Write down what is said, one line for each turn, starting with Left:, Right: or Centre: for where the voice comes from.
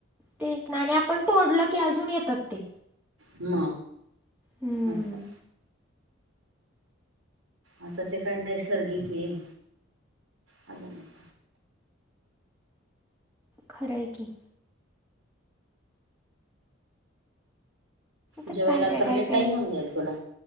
Centre: तेच ना आणि आपण तोडलं की अजून येतात ते
Right: म
Centre: हम्म
Right: अस आहे. आता ते काय नैसर्गिक आहे <unintelligible>
Centre: खर हाय की काय
Right: जेवायला
Centre: काय
Right: तर
Centre: काय
Right: लय
Centre: काय
Right: टाईम होऊन जाईल तुला